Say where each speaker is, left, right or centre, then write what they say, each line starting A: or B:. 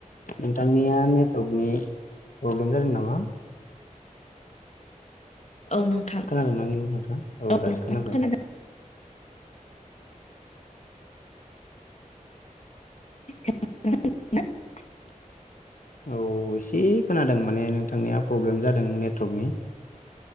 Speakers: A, on the left; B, on the left.
A: नोंथांनिया नेटवर्कनि प्रब्लेम जादों नामा
B: औ नोंथां
A: खोनादोंना नोंथां
B: औ
A: दासो
B: नोंथां
A: खोनाबाय
B: खोनादों <unintelligible> <unintelligible>
A: औ एसे खोनादों माने नोंथांनिया प्रब्लेम जादों नेटवर्कनि